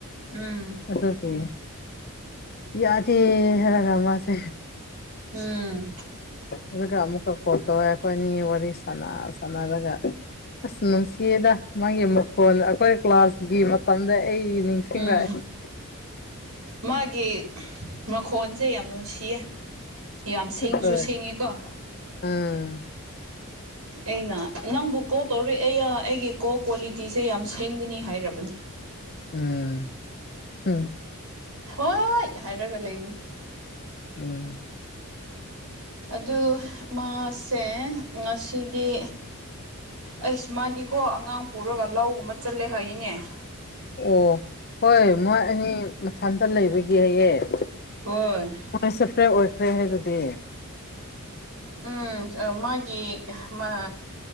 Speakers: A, on the right; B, on the left.
A: ꯎꯝ
B: ꯑꯗꯨ ꯒꯤ ꯌꯥꯗ‌ꯦ ꯍꯥꯏꯔꯒ ꯃꯥꯁꯦ
A: ꯎꯝ
B: ꯑꯗꯨꯒ ꯑꯃꯨꯛꯀ ꯀꯣꯜ ꯇꯧꯋ‌ꯦ ꯑꯩꯈꯣꯏꯅꯤ ꯋꯥꯔꯤ ꯁꯥꯟꯅ ꯁꯥꯟꯅꯔꯒ ꯑꯁ ꯅꯨꯡꯁꯤꯌ‌ꯦꯗ ꯃꯥꯒꯤ ꯃꯈꯣꯟ ꯑꯩꯈꯣꯏ ꯀ꯭ꯂꯥꯁꯀꯤ ꯃꯇꯝꯗ ꯑꯩ ꯅꯤꯡꯁꯤꯡꯂꯛꯑꯦ
A: ꯎꯝ
B: ꯫
A: ꯃꯥꯒꯤ ꯃꯈꯣꯟꯁꯦ ꯌꯥꯝ ꯅꯨꯡꯁꯤꯌꯦ ꯫ ꯌꯥꯝ ꯁꯦꯡꯁꯨ
B: ꯍꯣꯏ
A: ꯁꯦꯡꯉꯦꯀꯣ ꯫
B: ꯎꯝ
A: ꯑꯩꯅ ꯅꯪꯕꯨ ꯀꯣꯜ ꯇꯧꯔꯛ ꯑꯩꯌ‌ꯥ ꯑꯩꯒꯤ ꯀꯣꯜ ꯀ꯭ꯋꯥꯂꯤꯇꯤꯁꯦ ꯌꯥꯝ ꯁꯦꯡꯗ‌ꯦꯅꯤ ꯍꯥꯏꯔꯕꯅꯤ ꯫
B: ꯎꯝ ꯎꯝ
A: ꯍꯣꯏ ꯍꯥꯏꯔꯒ ꯂꯩꯒꯅꯤ ꯫
B: ꯎꯝ
A: ꯑꯗꯨ ꯃꯥꯁꯦ ꯉꯁꯤꯗꯤ ꯑꯩꯁ ꯃꯥꯗꯤꯀꯣ ꯑꯉꯥꯡ ꯄꯨꯔꯒ ꯂꯧꯒꯨꯝꯕ ꯆꯠꯂꯦ ꯍꯥꯏꯌ‌ꯦꯅ‌ꯦ ꯫
B: ꯑꯣ ꯍꯣꯏ ꯃꯣꯏ ꯑꯅꯤ ꯃꯊꯟꯇ ꯂꯩꯕꯒꯤ ꯍꯥꯏꯌ‌ꯦ ꯫
A: ꯍꯣꯏ
B: ꯃꯣꯏ ꯁꯦꯄꯔꯦꯠ ꯑꯣꯏꯈ꯭ꯔꯦ ꯑꯗꯨꯗꯤ ꯫
A: ꯎꯝ ꯃꯥꯒꯤ ꯃꯥ